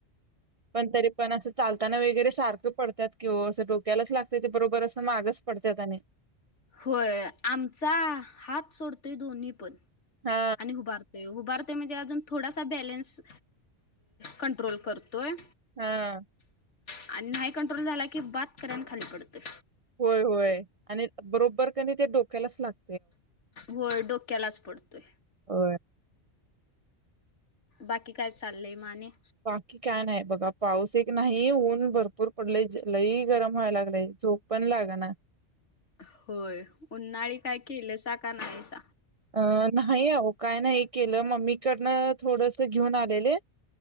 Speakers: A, on the right (about 50°); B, on the left (about 85°).
A: पण तरी पण असं चालताना वगैरे सारखं पडतात किं असं डोक्यालाच लागते ते बरोबर असं मागच पडतात आणि
B: होय आमचा हात सोडतोय दोन्ही पण
A: हा
B: आणि उबारतोय उभारतो म्हणजे अज थोडासा बॅलन्स कंट्रोल करतो तोय
A: हा
B: आणि नाही कंट्रोल झाला की बात कऱन खाली पडतोय
A: होय होय आणि बरोबर कि नाई ते डोक्यालाच लागत
B: व डोक्यालाच पडतोय
A: होय.
B: बाकी काय चाललय म आणि
A: बाकी काय नाही बघा पाऊस एक ी नाही ऊन भरपूर पडलय ज लही गरम व्हाय लागलंय झोप पण लाग ना
B: होय उन्हाळी काय केलं सा का नाही स
A: अं नाही अ काय नाही केलं मम्मीकडनं थोडस घेऊन आलेले